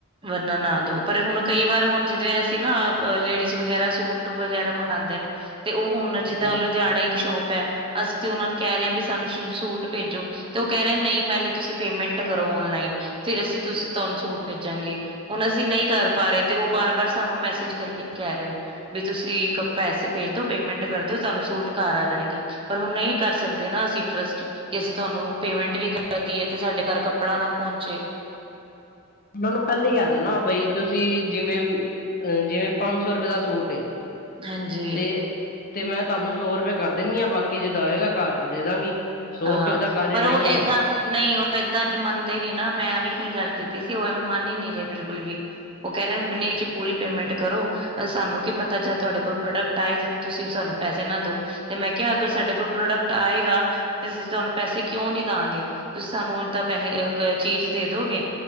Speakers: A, on the right; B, on the left.
A: ਵਰਨਾ ਨਾ ਦੋ, ਪਰ ਹੁਣ ਕਈ ਵਾਰ ਹੁਣ ਜਿਵੇਂ, ਅਸੀਂ ਨਾ ਲੇਡੀਜ਼ ਵਗੈਰਾ ਸੂਟ ਵਗੈਰਾ, ਮੰਗਵਾਉਂਦੇ ਨੇ, ਤੇ ਉਹ ਹੁਣ
B: ਹਾਂਜੀ
A: ਜਿੱਦਾਂ, ਲੁਧਿਆਣਾ ਇੱਕ ਸ਼ੋਪ ਹੈ, ਅਸੀਂ ਉਹਨਾ ਨੂੰ ਕਹਿ ਰਹੇ ਹਾਂ ਵੀ, ਸਾਨੂੰ ਸੂਟ ਭੇਜੋ। ਤੇ ਉਹ, ਕਹਿ ਰਹੇ ਨਹੀਂ ਪਹਿਲੇ ਤੁਸੀਂ ਪੇਮੈਂਟ ਕਰੋ ਔਨਲਾਈਨ, ਫੇਰ ਅਸੀਂ ਤੁਸੀਂ ਤੁਹਾਨੂੰ ਸੂਟ ਭੇਜਾਂਗੇ, ਹੁਣ ਅਸੀਂ ਨਹੀਂ ਕਰ ਪਾ ਰਹੇ, ਤੇ ਉਹ ਬਾਰ ਬਾਰ ਸਾਨੂੰ ਮੈਸੇਜ ਕਰਕੇ ਕਹਿ ਰਹੇ ਵੀ ਤੁਸੀਂ, ਇੱਕ ਪੈਸੇ ਭੇਜ ਦਿਉ ਪੇਮੈਂਟ ਕਰ ਦੌ, ਤੁਹਾਨੂੰ ਸੂਟ ਘਰ ਆ ਜਾਣਗੇ। ਪਰ ਉਹ, ਨਹੀਂ ਕਰ ਸਕਦੇ ਨਾ ਅਸੀਂ, ਟਰੱਸਟ। ਕਿ ਅਸੀਂ ਤੁਹਾਨੂੰ, ਪੇਮੈਂਟ ਵੀ ਕਰਦੀਏ ਤੇ ਸਾਡੇ ਘਰ, ਕੱਪੜਾ ਨਾ ਪਹੁੰਚੇ।
B: ਉਹਨਾਂ ਨੂੰ, ਪਹਿਲੀ ਕਹਿ ਦੌ ਨਾ, ਬਈ ਤੁਸੀਂ ਜਿਵੇਂ- ਜਿਵੇਂ ਪੰਜ ਸੌ ਰੁਪਏ ਦਾ ਸੂਟ ਏ
A: ਹਾਂਜੀ
B: ਤੇ -ਤੇ ਮੈਂ ਤੁਹਾਨੂੰ ਸੌ ਰੁਪਏ ਕਰ ਦਿੰਦੀ ਹਾਂਬਾਕੀ ਜਿੱਦਾਂ ਆਏਗਾ ਘਰ ਦੇ ਦਾਂਗੀ। ਸੌ
A: ਹਾਂ,
B: ਰੁਪਏ ਵੀ ਤਾਂ ਕਰ
A: ਪਰ
B: ਹੀ ਰਹੀ
A: ਉਹ
B: ਹਾਂ
A: ਏਦਾਂ
B: ਮੈਂ
A: ਨਹੀਂ ਏਦਾਂ ਮੰਨਦੇ ਨੀ ਨਾ ਮੈਂ ਵੀ ਹੀ ਗੱਲ ਕੀਤੀ ਸੀ। ਉਹ ਐਵੇਂ ਮੰਨ ਹੀ ਨੀ ਰਹੇ, ਬਿਲਕੁਲ ਵੀ ਉਹ ਕਹਿ ਰਿਹੇ, ਚ ਪੂਰੀ ਪੇਮੈਂਟ ਕਰੋ। ਸਾਨੂੰ ਕੀ ਪਤਾ, ਜਦ ਤੁਹਾਡੇ ਕੋਲ ਪ੍ਰੋਡਕਟ ਆਏ, ਤੁਸੀਂ ਸਾਨੂੰ ਪੈਸੇ ਨਾ ਦਓ। ਤੇ ਮੈਂ ਕਿਹਾ, ਅਗਰ ਸਾਡੇ ਕੋਲ ਪ੍ਰੋਡਕਟ ਆਏਗਾ ਤੇ ਅਸੀਂ ਤੁਹਾਨੂੰ ਪੈਸੇ ਕਿਉਂ ਨਈ ਦਾਂਗੇ, ਤੁਸੀਂ ਸਾਨੂੰ ਏਦਾਂ ਪੈਸੇ ਚੀਜ਼ ਦੇ ਦੋਗੇ